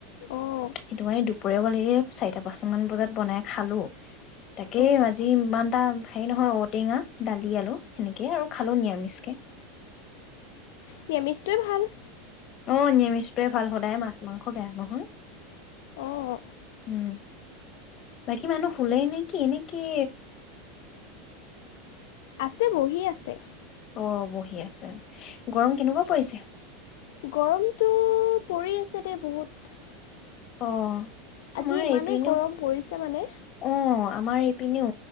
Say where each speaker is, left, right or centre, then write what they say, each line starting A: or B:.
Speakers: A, on the left; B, on the left.
A: অঁ
B: সেইটো মানে দুপৰীয়া গলে এই চাৰিটা পাঁচ মান বজাত বনাই খালো। তাকেই
A: অঁ
B: আজি ইমান এটা হেৰি নহয় ঔটেঙা দালি আলু সেনেকেই আৰু খালো নিৰামিষকে।
A: নিৰামিষ তোৱেই ভাল।
B: অ' নিৰামিষটোৱয়ে ভাল সদায় মাছ মাংস বেয়া নহয়।
A: অঁ
B: উম, বাকী মানুহ শুলেই নেকি নেকি
A: আছে বহি আছে।
B: অ' বহি আছে, গৰম কেনেকুৱা পৰিছে?
A: গৰমটো পৰি আছে দেই বহুত।
B: অ'। আমাৰ
A: আজি ইমানেই
B: এইপিনেও
A: গৰম পৰিছে মানে।
B: অ' আমাৰ এইপিনেও